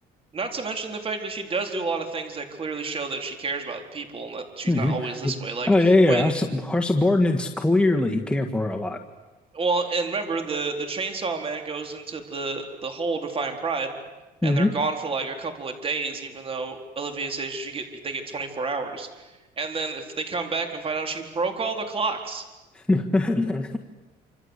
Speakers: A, on the right; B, in the centre.
A: Not to mention the fact that she does do a lot of things that clearly show that she cares about people and that she's
B: hmm
A: not always this way. Like
B: Oh yeah, yeah.
A: when,
B: Her, sub- her subordinates clearly care for her a lot.
A: well, and remember the the chainsaw man goes into the the hole to find Pride,
B: hmm
A: and they're gone for like a couple of days, even though Olivia says she get they get 24 hours. And then if they come back and find out she broke all the clocks.
B: <laughs>